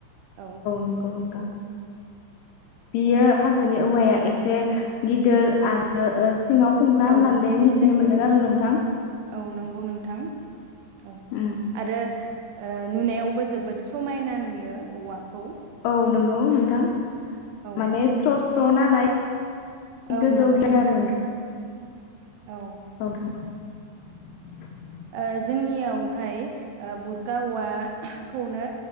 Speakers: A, on the right; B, on the left.
A: औ।
B: नंगौ नोंथां बियो हाजोनि औवाया एसे गिदिर आरो ओ सिङाव फंफ्ला होननानै
A: औ गिदिर
B: मिथिनो
A: जायो
B: मोनदों
A: औ
B: आरो नोंथां
A: औ नंगौ नोंथां औ
B: उम
A: आरो ओ नुनायाव बो जोबोद समायना नुयो औवाखौ
B: औ नंगौ नोंथां
A: औ
B: माने स्र' स्र नालाय
A: औ
B: गोजौ
A: नंगौ
B: गियो
A: नोंथां।
B: आरो <unintelligible>
A: औ
B: <inaudible>
A: ओ जोंनियावहाय ओ बुरखा औवाखौनो